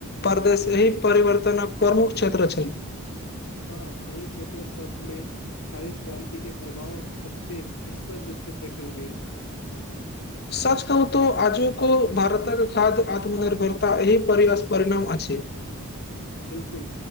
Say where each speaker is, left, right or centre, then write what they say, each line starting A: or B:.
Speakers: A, on the left (about 50°); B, on the left (about 80°).
A: परदेश एहि परिवर्तनक प्रमुख क्षेत्र छै।
B: हँ एहि क्षेत्र सबमे, हरित क्रान्ति के प्रभाव, प्रत्येक स्पष्ट रूप देखल गेल।
A: सच कहुँत, आजुक भारतके खाद्य आत्मनिर्भरता, एहि परिअसप्रणाम अछी।
B: 'बिलकुल'